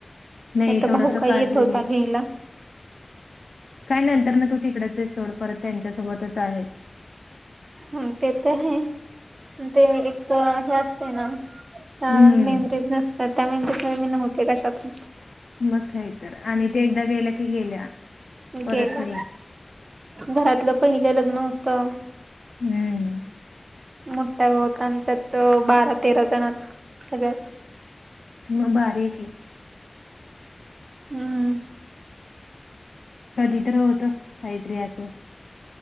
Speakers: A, on the left; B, on the right.
A: नाही
B: नाई त
A: थोडंसं
B: भाऊ काय
A: काळजी
B: येत होता
A: घे.
B: घेयला.
A: काय नंतर ना तू तिकडच चेस, सोड परत त्यांच्यासोबतच आहेस.
B: ह! ते तर हाए ते एक हे असते ना. हा..
A: हम्म.
B: मेमरीज नसतात. त्या मेंबरी मी नव्हते कशातच.
A: मग काय तर आणि ते एकदा गेल्या की गेल्या. परत
B: गेला.
A: नाही.
B: घरातलं पहिलं लग्न होतं.
A: हम्म.
B: मोटा भाव आमच्यात बारा तेरा जणात सगळ्यात.
A: म बारी ए की.
B: हम्म.
A: तधी तर होतं काईतरी असं.